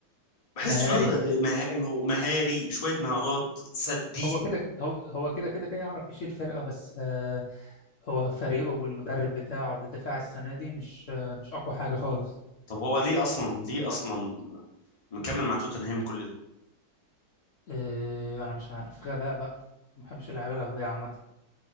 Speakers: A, on the left; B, on the left.
A: بحسه
B: مهاري
A: مه- هو مهاري شوية مهارات سديد
B: هو كده هو هو كده كده كده يعرف يشيل فرقة بس آه، هو فريقه بالمدرب بتاعه بالدفاع السنة دي مش آه، مش أقوى حاجة خالص
A: طب هو ليه اصلا ليه اصلا مكمل مع توتنهام كل ده
B: آه، أنا مش عارف غباء بقى ما بحبش اللعيبة الأغبياء عامة